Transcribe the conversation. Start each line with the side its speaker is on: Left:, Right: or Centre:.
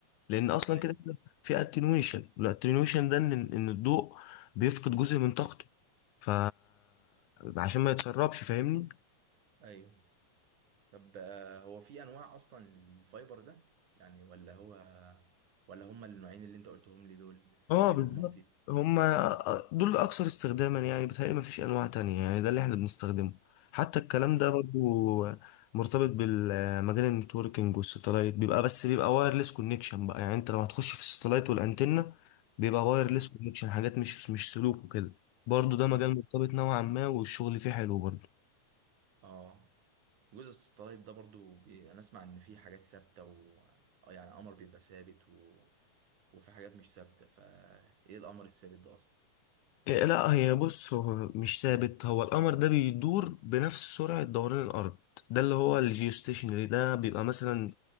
Left: لان اصلا
Right: ايوه
Left: كده كده في اتنويشن والاتنويشن ده ان ان الضوء بيفقد جزء من طاقته ف عشان ما يتسربش فاهمني
Right: ايوه طب آه، هو في انواع اصلا للفايبر ده يعني ولا هو ولا هما النوعين اللي انت قلتهم لي دول السنجل
Left: اه بالظبط
Right: والمالتي
Left: هما دول اكثر استخداما يعني بتهيألي ما فيش انواع تانية يعني ده اللي احنا بنستخدمه حتى الكلام
Right: امم
Left: ده برضو مرتبط بالمجال النتوركينج والستلايت بيبقى بس بيبقى وايرلس كونكشن بقى يعني انت لو هتخش في الستلايت والانتنة بيبقى وايرلس
Right: امم
Left: كونكشن حاجات مش مش سلوك وكده برضو ده مجال
Right: امم
Left: مرتبط نوعا ما والشغل فيه حلو برضو
Right: اه جزء الساتلايت ده برضو بي... انا اسمع ان في حاجات ثابته و آه يعني قمر بيبقى ثابت و... وفي حاجات مش ثابته فايه القمر الثابت ده اصلا
Left: إيه، لا هي بص هو مش ثابت هو القمر ده بيدور بنفس سرعة دوران الأرض ده اللي هو الجيوستيشنري ده بيبقى مثلا